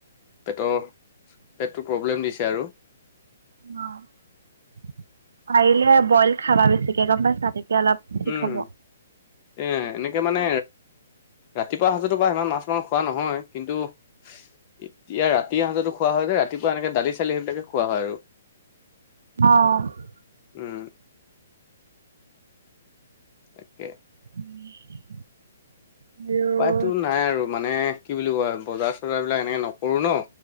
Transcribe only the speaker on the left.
পেটৰ পেটটো প্ৰব্লেম দিছে আৰু।
উম,
এ এনেকে মানে ৰাতিপুৱা সাজতো বা ইমান মাছ মাংস খোৱা নহয় কিন্তু এতিয়া ৰাতিৰ সাজতো খোৱা হয় যে ৰাতিপুৱা এনেকে দালি চালি সেইবিলাকে খোৱা হয় আৰু।
উম তাকে
এইটো নাই আৰু মানে কি বুলি কই আৰু বজাৰ চজাৰ বিলাক এনেকে নকৰো ন